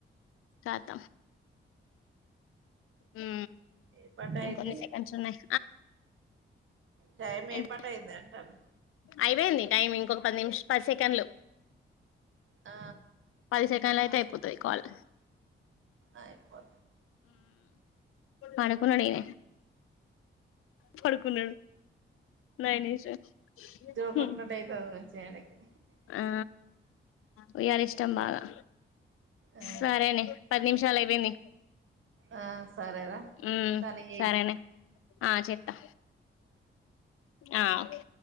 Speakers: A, on the left; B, on the right.
A: తాత ఊ
B: ఏ పాట
A: ఇంకొన్ని
B: అయింది
A: సెకండ్స్ ఉన్నాయి
B: టైం ఏ
A: ఏంటి
B: పాటు అయింది అంటన్న
A: అయిపోయింది టైమ్ ఇంకొక పది నిమిష పది సెకండ్లు
B: ఆ
A: పది సెకండ్ లు అయితే అయిపోతాయి కాల్
B: అయిపో
A: పనుకున్న ఇగ పడుకున్నాడు మేనేజర్
B: జో
A: హుమ్
B: కొట్టినట్టు అయితది మంచిగా ఆయనకి
A: ఆ వుయారి ఇష్టం బాగా
B: ఆ
A: సరేనే పది నిమిషాలు అయిపోయింది
B: ఆ సరేరా
A: మ్మ్
B: తనకియ్
A: సరేనే ఆ చెేత్తా ఆ ఒకే